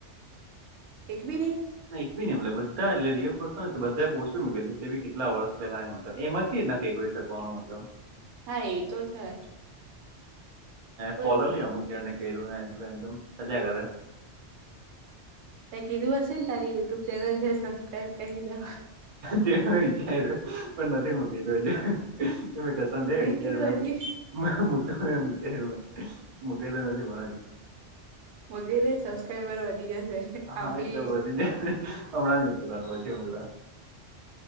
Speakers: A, on the right (about 75°); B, on the right (about 40°).
A: એક બી નહી?
B: ના એક બી ન મતલબ બધા એટલે રિયલ પર્સન બધા પોસ્ટી બી મૂકેલી છે કેટલા વર્ષ પેલા મતબ એમાં કી ના ઠીકઈ શકોનો મતલબ
A: હા એ તો છે. કોઈ
B: ફોલો
A: નહી
B: બી અમુક જણને કર્યું ને એટલે એમમ ચલ્યા ઘરે
A: ત્યાં કીધું હશે ને તારી યુટ્યુબ ચેનલ છે સબસ્ક્રાઈબ કરી દો.
B: તે મેં વિચાર્યું પણ નથી મૂકેલું હજ કસમ થ
A: મેં
B: વિચાર્યું
A: કીધું હજી
B: મે મકલવા વિચાર્યું મકેલો નથી મળજે
A: મોકલી દે સબસ્ક્રાઈબર વધી જશે
B: હા
A: આમ બી
B: એટલે વધી જાય. હમણાં પલાચીું પલા